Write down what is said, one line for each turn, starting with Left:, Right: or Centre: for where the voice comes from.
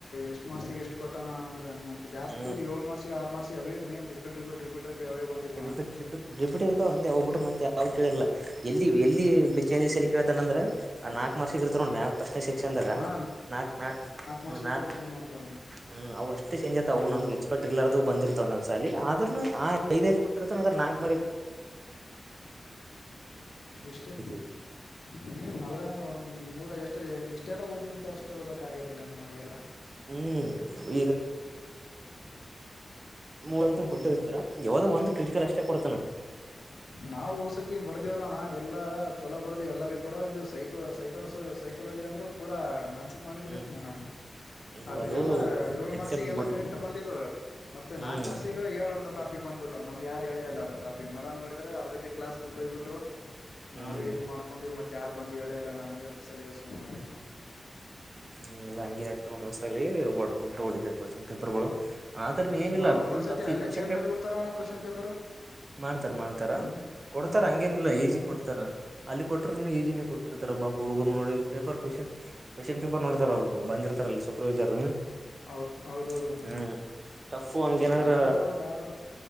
Left: ಎಷ್ಟ್ ಮಾರ್ಕ್ಸ್ಗ್ ಎಷ್ಟು ಕೊಟ್ಟೋಣ ಅಂದ್ರ... ಹಂಗ ಅಂತ ಜಾಸ್ತಿ
Right: ಹ್ಮ್
Left: ಏಳು ಮಾರ್ಕ್ಸ್ಗ್ ಆರ ಮಾರ್ಕ್ಸ್ಗ್ ಅವೇ ಮೇನ್ ರಿಪೀ ರಿಪೀಟ್.... ರಿಪೀಟ್ ಅವೇ ಬಂದಿದ್ವಣ್ಣ
Right: ರಿಪಿಟ್ ರಿಪಿಟ್ ರಿಪಿಟ್ ಇರ್ತಾವ ಒಂದೆ ಅವ್ ಬಿಟ್ಟ ಮತ ಯಾವ್ ಕೇಳಲ್ಲ...... ಎಲ್ಲಿ ಎಲ್ಲಿ
Left: ಹ್ಮ್
Right: <unintelligible> ನಾಲ್ಕು ಮಾರ್ ಸಿಗ ಇರ್ತದ ನೋಡ್ ಮ್ಯಾಗ್ ಫರ್ಸ್ಟ್ನೇ ಸೆಕ್ಷನದಾಗ
Left: ಹಾ
Right: ನಾಕ್ ನಾಕ್ ಹ್ಮ್..
Left: ಮಾರ್ಕ್ಸಿಂದ
Right: ನಾಕ.....
Left: ಚೇಂಜ್ ಮಾಡ್ತಾರಣ್ಣ
Right: ಹ್ಮ್ ಅವು ಅಷ್ಟೇ ಚೇಂಜ್ ಆಯತ ಅವು ನಮಗ್ ಎಸ್ಪಿಎಕ್ಟ್ ಇಲ್ಲರಾರದು ಬಂದಿರ್ತವ ಒಂದೊಂದ್ ಸಾಲಿಹಿ ಆದ್ರೂ... ಆ ಐದ ಐದ್ ಕೊಟ್ಟಿರ್ತಾನ್ ಅದ್ರ ನಾಕ್
Left: ಇಷ್ಟೇ
Right: <unintelligible> <unintelligible>
Left: ಹ್ಮ್ ಅದ್ರಾಗಂದ ಒಂದ್ ಮೂರ ಎಷ್ಟು ಇಷ್ಟೆಲ್ಲ ಓದಿನಂತ ಅಷ್ಟ ಓದಕ್ ಆಗಿರಲೆಂ ಅವಾಗೆಲ್
Right: ಹ್ಮ್ ಮೂ ಅಂತ
Left: ಹ್ಮ್
Right: ಕೊಟ್ಟಿರ್ತಾರ ಯಾವದೋ ಒಂದು ಕ್ರಟಿಕಲ್ ಅಷ್ಟೇ ಕೊಡ್ತಾನ
Left: ನಾವು ವಸತಿ ಬರ್ದಿವಲ್ಲಣ್ಣ ಎಲ್ಲಾ ಚಲೋ ಬರ್ದ್ ಎಲ್ಲಾ ಪೇಪರ್ ಇದು ಸೈೋ ಸೈಕಲ ಸೈಕೋಲಜಿ ಅಂದ್ರೂ ಪೂ ಮಾಡಂದಿಬಿಟ್ಟಿತ್ತು
Right: ಹ್ಮ್
Left: ನ ನಮಗ
Right: ಎಲ್ಲದು
Left: ಅದು ಎಲ್ಲಾ ಏಳ
Right: ಎಕ್ಸೆಪ್ಟ್
Left: ಮಾರ್ಕ್ಸ್ಗ್ ಎಲ್ಲಾ
Right: ಬಿಟ್
Left: ಕರೆಕ್ಟ್ ಬಂದಿದ್ದು ಮತ್ತೆ
Right: ಹ್ಮ್
Left: ನಾಕ್ ಮಾರ್ಕ್ಸ್ಗ್ ಹೇಳರ್ದ್ ಟಾಪಕ್ ಬಂದ್ಬಿತಾವ್ ನಮ್ಗ್ ಯಾರ ಹೇಳೇ ಇಲ್ಲಾ ಆ ಟಪಕ್ ಅರ್ಧಕ್ಕೆ ಕ್ಲಾಸ್ ಬಿಟ್ಟು ಹೋಗ್ಬ ಬಿಟ್ರು
Right: ಹ್ಮ್
Left: ನಾವೇ ಇದ ಯಾರು ಬಂದ ಹೇಳೆಲ್ಲಾ ನಮಗ ಅದು ಸಲೆಗೆ ಸುಮ್ ಆದೇವ್ ನಾವ್
Right: ಹ್ಮ ಎಲ್ಲಾ ಹಂಗೆ ಅಯ್ತ್ತುದ್ ಒಂದೊಂದ್ಸಲಹಿ ಸಲಿ ಉಲ್ಟಾ ಹೊಡೀತಾಡ್ ಪೇಪರ್ಗಳು ಆದ್ರ
Left: ಹ್ಮ್
Right: ಏನಿಲ್ಲ
Left: ಒಂದೊಂದ್ಸತಿ
Right: ಫುಲ್ ಟಫ್
Left: ಅಲ್ಲೇ
Right: ಈ ಕ್ವಶನ್
Left: ಚೇಂಜ್
Right: ಪೇಪರ್
Left: ಮಾಡಿ ಬಿಡ್ತಾರ ಅಣ್ಣ ಕ್ವಶನ್ ಪೇಪರ್
Right: ಮಾಡ್ತಾರ ಮಾಡ್ತಾರ
Left: ಒಂದ್
Right: ಕೊಡ್ತಾರ
Left: ಹ್ಮ್
Right: ಹಂಗೇನಿಲ್ಲ
Left: ಒಂದೊಂದ್ ಕ್ವಶನ್
Right: ಈಜಿ ಕೊಡ್ತಾರ ಅಲ್ಲಿ ಕೊಟರುನು ಈಜಿನ ಕೊಟ್ಟಿರ್ತಾರ ಹುಡುಗು ನೋಡಿ ಪೇಪರ್ ಕ್ವಶನ್ ಕ್ವೆಶನ್ ಪೇಪರ್ ನೋಡ್ತಾರ್ ಅವರ ಬಂದಿರ್ತಾರ್ ಅಲ್ಲಿ ಸೂಪರ್ವೈಸರ್
Left: ಹ್ ಹೌಹೌದಣ್ಣ
Right: ಹ್ಮ್ ಟಫ್ ಹಂಗೇನಾದ್ರ
Left: ನಮಗ ಅವರು ಯಾರು